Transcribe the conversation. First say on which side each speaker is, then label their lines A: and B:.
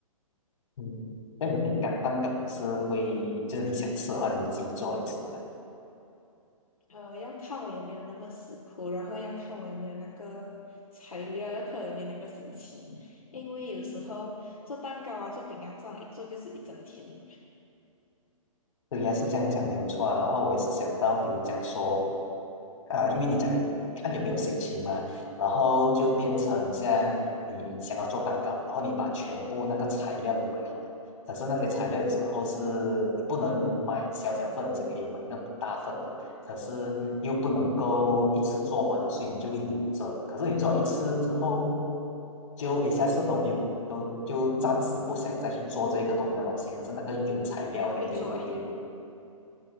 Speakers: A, on the left; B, on the left.
A: 嗯，那个饼干蛋糕是会就是你想吃的话你自己做来吃啊，
B: 呃，要看我有没有那个食谱，然后要看我有没有那个材料，要看我有没有那个心情。因为有时候做蛋糕啊、做饼干这样一做就是一整天。嘛。
A: 对呀是这样讲没有错啊。然后我也是想到，比如讲说。啊，呃因为你讲看有没有心情嘛，然后就变成像你想要做蛋糕，然后你把全部那个材料你买好了，可是那些材料的时候是你不能买小小份的，只可以买那种一大份的，可是又不能够一次做完了，所以你就会留着。可是你做了一次之后，就一下次都没有，都就暂时不想再去做这个同样的东西，可是那个原材料还留在那边，
B: 哎，我会做哎，